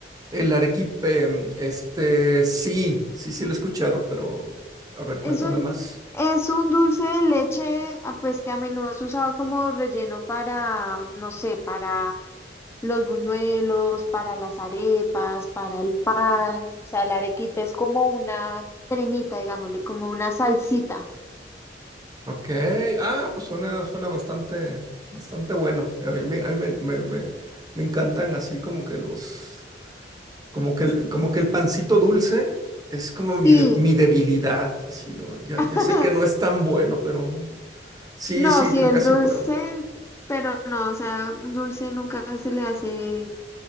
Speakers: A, on the right (about 20°); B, on the left (about 15°).
A: el arequipe, mm, este, sí, sí, sí lo he escuchado, pero a ver,
B: Es
A: cuéntame
B: un,
A: más.
B: es un dulce de leche, ah, pues que a menudo es usado como relleno para, no sé, para los buñuelos, para las arepas, para el pan. O sea, el arequipe es como una cremita, digámosle, como una salsita.
A: Ok, ah, pues suena, suena bastante, bastante bueno. A mí me, a mí me, me, me- me encantan así como que los, como que el, como que el pancito dulce es como
B: Sí,
A: mi, de- mi debilidad, así, ¿no? Ya,
B: <laughs>
A: ya sé que no es tan bueno, pero sí,
B: no,
A: sí,
B: sí,
A: que
B: el
A: casi
B: dulce,
A: pruebo.
B: pero no, o sea, un dulce nunca se le hace